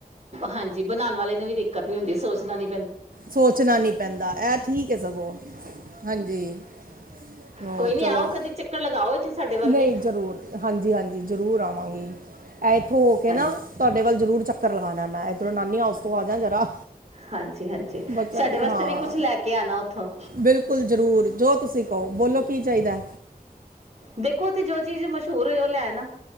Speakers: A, on the right; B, on the right.
A: ਹਾਂਜੀ ਬਣਾਉਣ ਵਾਲੇ ਨੂੰ ਵੀ ਦਿੱਕਤ ਨੀ ਹੁੰਦੀ ਸੋਚਣਾ ਨੀ
B: ਸੋਚਣਾ ਨੀ ਪੈਂਦਾ ਇਹ ਠੀਕ ਹੈ ਸਗੋਂ ਹਾਂਜੀ ਹੋਰ
A: ਕੋਈ ਨਹੀਂ
B: ਚਲੋ
A: ਆਓ ਕਦੀ ਚੱਕਰ ਲਗਾਓ ਇੱਥੇ ਸਾਡੇ ਵੱਲ
B: ਨਹੀਂ
A: ਵੀ
B: ਜ਼ਰੂਰ ਹਾਂਜੀ ਹਾਂਜੀ ਜ਼ਰੂਰ ਆਵਾਂਗੀ ਇੱਥੋਂ ਹੋ ਕੇ
A: ਹਾਂਜੀ
B: ਨਾ ਤੁਹਾਡੇ ਵੱਲ ਜ਼ਰੂਰ ਚੱਕਰ ਲਗਾਉਣਾ ਮੈਂ ਇੱਧਰੋਂ ਨਾਨੀ ਹਾਊਸ ਤੋਂ ਆ ਜਾ ਜਰਾ।
A: ਹਾਂਜੀ ਹਾਂਜੀ
B: ਬੱਚਿਆਂ
A: ਸਾਡੇ
B: ਦੀ
A: ਵਾਸਤੇ
B: ਹਾਂ
A: ਵੀ ਕੁਝ ਲੈ ਕੇ ਆਣਾ ਉੱਥੋਂ
B: ਬਿਲਕੁਲ ਜ਼ਰੂਰ ਜੋ ਤੁਸੀਂ ਕਹੋ ਬੋਲੋ ਕੀ ਚਾਹੀਦਾ
A: ਦੇਖੋ ਤੇ ਜੋ ਚੀਜ਼ ਮਸ਼ਹੂਰ ਹੋਈ ਉਹ ਲੈ ਆਨਾ।